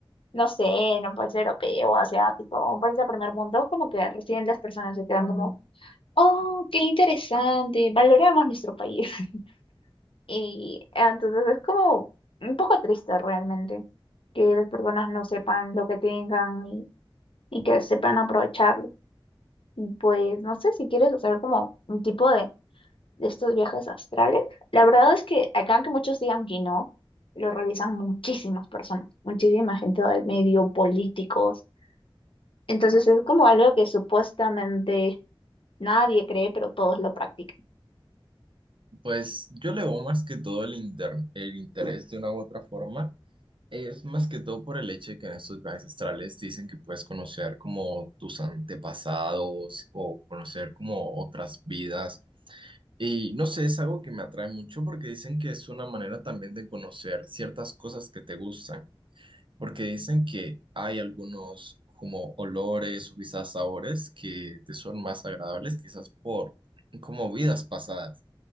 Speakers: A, on the left; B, on the right.
A: no sé, en un país europeo, asiático, un país de primer mundo, como que recién las personas se quedan Mm. como, oh, qué interesante, valoramos nuestro país. <laughs> Y ah, entonces es como un poco triste realmente que las personas no sepan lo que tengan y, y que sepan aprovecharlo. Y Pues no sé si quieres hacer como un tipo de, de estos viajes astrales. La verdad es que acá que muchos digan que no, lo realizan muchísimas personas, muchísima gente del medio, políticos Entonces es como algo que supuestamente nadie cree, pero todos lo practican.
B: Pues yo le veo más que todo el, inter- el interés de una u otra forma. Es más que todo por el hecho de que en estos viajes astrales dicen que puedes conocer como tus antepasados o conocer como otras vidas. Y no sé, es algo que me atrae mucho porque dicen que es una manera también de conocer ciertas cosas que te gustan. Porque dicen que hay algunos como olores o quizás sabores que te son más agradables, quizás por como vidas pasadas.